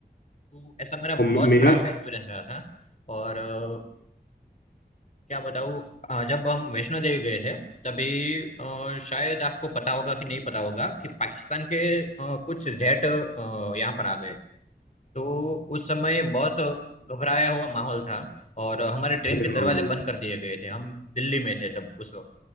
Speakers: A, on the left (about 45°); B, on the left (about 70°).
A: तो ऐसा मेरा
B: और मे-
A: बहुत
B: मेरा
A: खराब एक्सपीरियंस रहा था और अ, क्या बताऊँ अ, जब हम वैष्णो देवी गए थे तभी अ, शायद आपको पता होगा कि नहीं पता होगा कि पाकिस्तान के अ, कुछ जेट यहाँ पर आ गए तो उस समय बहुत घबराया हुआ माहौल था और हमारे ट्रेन
B: अरे
A: के दरवाजे
B: हाँ भाई
A: बंद कर दिए गए थे हम दिल्ली में थे तब उस वक्त